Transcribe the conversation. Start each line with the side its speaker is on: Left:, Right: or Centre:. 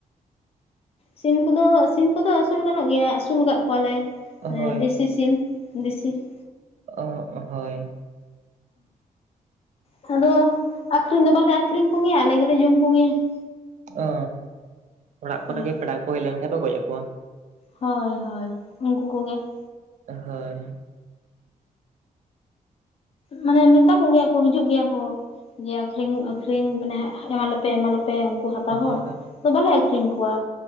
Left: ᱥᱤᱢ ᱠᱚᱫᱚ, ᱥᱤᱢ ᱠᱚᱫᱚ ᱟᱹᱥᱩᱞ ᱜᱟᱱᱚᱜ ᱜᱮᱭᱟ ᱟᱹᱥᱩᱞ ᱠᱟᱫ ᱠᱚᱣᱟᱞᱮ ᱮᱸᱜ
Right: ᱦᱳᱭ
Left: ᱫᱤ ᱥᱤᱢ ᱫᱤᱥᱤ ᱾
Right: ᱚᱜ ᱦᱳᱭ᱾
Left: ᱦᱚᱸ ᱟᱫᱚ ᱟᱠᱷᱨᱤᱧ ᱫᱚ ᱵᱟᱞᱮ ᱟᱠᱷᱨᱤᱧ ᱠᱚ ᱜᱮᱭᱟ ᱟᱞᱮ ᱜᱮᱞᱮ ᱡᱚᱢ ᱠᱚᱜᱮᱭᱟ ᱾
Right: ᱚ, ᱚᱲᱟᱜ ᱠᱚᱨᱮ
Left: ᱦᱳᱭ
Right: ᱜᱮ ᱯᱮᱲᱟ ᱠᱚ ᱦᱮᱡ ᱞᱮᱱᱠᱷᱟᱱ ᱠᱚ ᱜᱚᱡᱮᱜ ᱠᱚᱣᱟ?
Left: ᱦᱳᱭ ᱦᱳᱭ, ᱩᱝᱠᱩ ᱠᱚᱜᱮ ᱾
Right: ᱦᱳᱭ᱾
Left: ᱢᱟᱱᱮ, ᱢᱮᱛᱟ ᱠᱚ ᱜᱮᱭᱟ ᱠᱚ ᱦᱤᱡᱩᱜ ᱜᱮᱭᱟ ᱠᱚ ᱾ ᱡᱮ ᱟᱠᱷᱨᱤᱧ ᱟᱠᱷᱨᱤᱧ ᱢᱟᱱᱮ ᱮᱢᱟᱞᱮᱯᱮ ᱮᱢᱟᱞᱮᱯᱮ, ᱠᱩ ᱦᱟᱛᱟᱣ ᱦᱚᱲ
Right: ᱦᱳᱭ
Left: ᱵᱟᱞᱮ ᱟᱹᱠᱷᱨᱤᱧ ᱠᱚᱣᱟ,